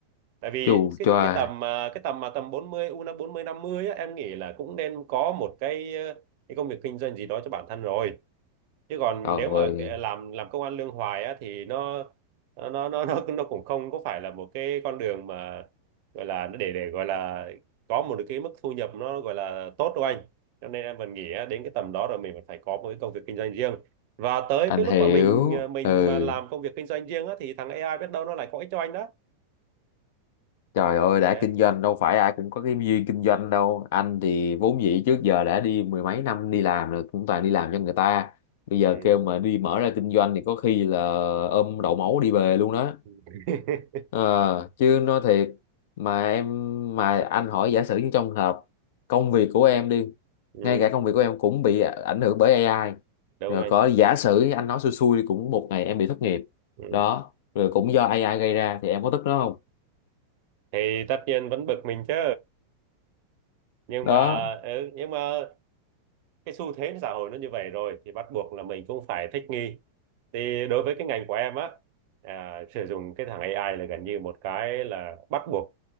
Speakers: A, on the right; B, on the left.
A: tại vì
B: Chù
A: cái
B: choa
A: cái tầm à, cái tầm mà tầm 40 u bốn mươi năm mươi á, em nghĩ là cũng nên có một cái ờ, cái công việc kinh doanh gì đó cho bản thân rồi chứ còn
B: Trời
A: nếu mà
B: ơi
A: kệ- làm làm công ăn lương hoài á thì nó nó nó nó nó nó cũng không có phải là một cái con đường mà gọi là nó để để gọi là có một cái mức thu nhập nó gọi là tốt đâu anh cho nên em vẫn nghĩ á, đến cái tầm đó rồi mình vẫn phải có một cái công việc kinh doanh riêng và tới
B: Anh
A: cái lúc
B: hiểu
A: mà mình ờ, mình
B: Ừ
A: mà làm công việc kinh doanh riêng á thì thằng AI biết đâu nó lại có ích cho anh đó
B: Trời ơi đã
A: Đấy.
B: kinh doanh đâu phải ai cũng có cái duyên kinh doanh đâu Anh thì vốn dĩ trước giờ đã đi mười mấy năm đi làm rồi Cũng toàn đi làm cho người ta Bây giờ
A: ừ.
B: kêu mà đi mở ra kinh doanh thì có khi là ôm đậu máu đi về luôn đó
A: <laughs>
B: Ờ, chứ nói thiệt mà em mà anh hỏi giả sử như trong hợp công việc của em đi
A: ừ.
B: ngay cả công việc của em cũng bị ạ- ảnh hưởng bởi AI
A: đúng
B: rồi
A: anh
B: có giả sử anh nói xui xui cũng một ngày em bị thất nghiệp
A: ừ.
B: đó rồi cũng do AI gây ra thì em có tức nó không
A: thì tất nhiên vẫn bực mình chứ nhưng
B: đó
A: mà ừ, nhưng mà cái xu thế xã hội nó như vậy rồi thì bắt buộc là mình cũng phải thích nghi thì đối với cái ngành của em á à, sử dụng cái thằng AI là gần như một cái là bắt buộc